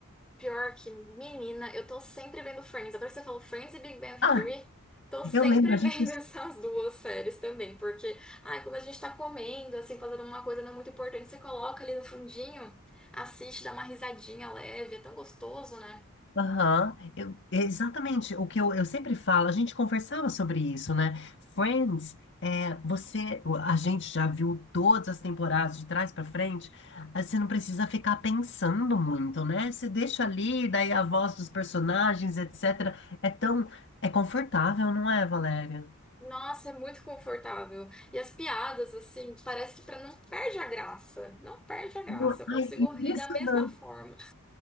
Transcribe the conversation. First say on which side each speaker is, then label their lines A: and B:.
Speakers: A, in the centre; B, on the left (about 55°).
A: Pior que, menina, eu tô sempre vendo Friends. Agora que você falou Friends e Big Bang
B: Ah,
A: Theory, tô sempre
B: eu lembro, a
A: vendo
B: gente.
A: <laughs> essas duas séries também. Porque, ai, quando a gente tá comendo, assim, fazendo uma coisa não é muito importante, você coloca ali no fundinho, assiste, dá uma risadinha leve, é tão gostoso, né?
B: Aham, eu- exatamente. O que eu, eu sempre falo, a gente conversava sobre isso, né? Friends, é, você, a gente já viu todas as temporadas de trás pra frente, aí você não precisa ficar pensando muito, né? Você deixa ali, daí a voz dos personagens, etc. É tão, é confortável, não é, Valéria?
A: Nossa, é muito confortável. E as piadas, assim, parece que pra não perde a graça. Não perde a graça.
B: Não,
A: Eu consigo
B: Ai, impressionante.
A: rir da mesma forma.